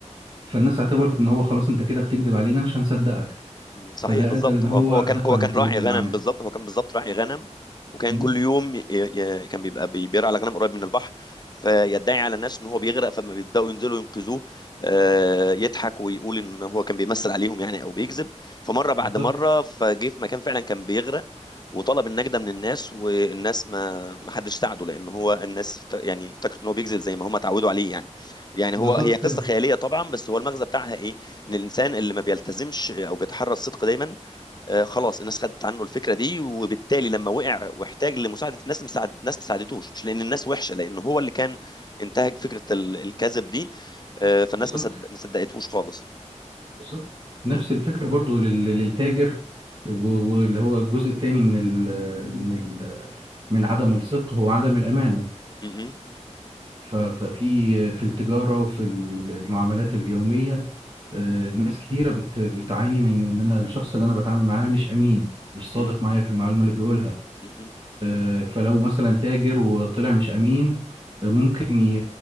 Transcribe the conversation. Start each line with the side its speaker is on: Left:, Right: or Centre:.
Right: فالناس اعتبرت إن هو خلاص أنت كده بتكذب علينا مش هنصدقك
Left: مم، صحيح
Right: فده
Left: بالظبط
Right: أدى إن
Left: آه،
Right: هو
Left: هو كان
Right: دفع
Left: هو
Right: نتيجة
Left: كان راعي غنم
Right: الأعمال
Left: بالظبط هو كان بالظبط راعي غنم وكان
Right: مم.
Left: كل يوم ي... ي... كان بيبقى بي- بيرعى على غنم قريب من البحر فيدعي على الناس ان هو بيغرق فلما بيبداوا ينزلوا ينقذوه آه، يضحك ويقول ان هو كان بيمثل عليهم يعني او بيكذب فمره بعد
Right: بالظبط
Left: مره فجه في مكان فعلا كان بيغرق وطلب النجدة من الناس والناس ما ما حدش ساعده لان هو الناس افت- يعني افتكرت ان هو بيكذب زي ما هم اتعودوا عليه يعني يعني
Right: بالظبط
Left: هو هي قصة
Right: كده
Left: خيالية طبعا بس هو المغزى بتاعها ايه ان الانسان اللي ما بيلتزمش او بيتحرى الصدق دايما آه، خلاص الناس خدت عنه الفكره دي وبالتالي لما وقع واحتاج لمساعده الناس مساعد ناس ما ساعدتوش مش لان الناس وحشه لان هو اللي كان انتهج فكره ال- الكذب دي آه، فالناس
Right: بالظبط
Left: ما صد- ما صدقتهوش خالص
Right: بالظبط نفس
Left: م-
Right: الفكرة برضو لل- للتاجر و- واللي هو الجزء التاني من ال من ال من عدم الصدق هو عدم الأمانة
Left: م- م-
Right: ف- ففي في التجارة وفي المعاملات اليومية آه، ناس كتيرة بت- بتعاني من إن أنا الشخص اللي أنا بتعامل معاه مش أمين مش صادق
Left: م-
Right: معايا في المعلومة اللي بيقولها
Left: م- م.
Right: آه، فلو مثلا تاجر وطلع مش أمين آه، ممكن ي-